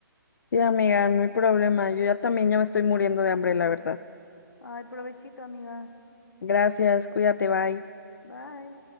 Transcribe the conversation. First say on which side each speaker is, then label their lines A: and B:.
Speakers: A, on the left (about 60°); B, on the left (about 80°).
A: Sí, amiga, no hay problema, yo ya también ya me estoy muriendo de hambre, la verdad.
B: Ay, provechito, amiga.
A: Gracias, cuídate, bye.
B: Bye.